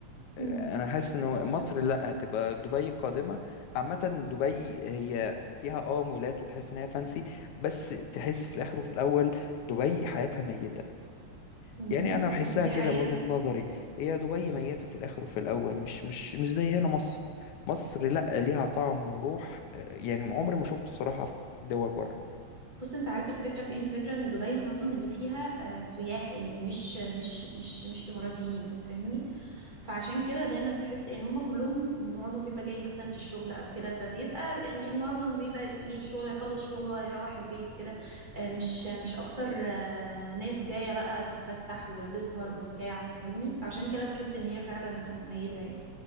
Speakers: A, on the left; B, on the right.
A: انا
B: أمم،
A: حاسس ان مصر لا هتبقى دبي القادمه عامه دبي هي فيها اه مولات وتحس ان هي فانسي بس تحس في الاخر وفي الاول دبي حياتها ميته
B: أمم،
A: يعني انا بحسها
B: دي
A: كده
B: حقيقة
A: من وجهه نظري هي دبي ميته في الاخر وفي الاول مش مش مش زي هنا مصر مصر لا ليها طعم وروح آه، يعني عمري ما شفت صراحه في دول بره
B: بص انت عارف الفكره فين الفكره ان دبي معظم اللي فيها آه، سياح يعني مش مش مش مش اماراتيين فاهمني فعشان كده دايما تحس يعني هم كلهم معظم بيبقى جاي مثلا للشغل او كده فبيبقى يعني المعظم بيبقى يجي الشغل يخلص شغله ويروح البيت كده آه، مش مش اكتر آه، ناس جايه بقى تتفسح وتسهر وبتاع فاهمني فعشان كده تحس ان هي فعلا ميته يعني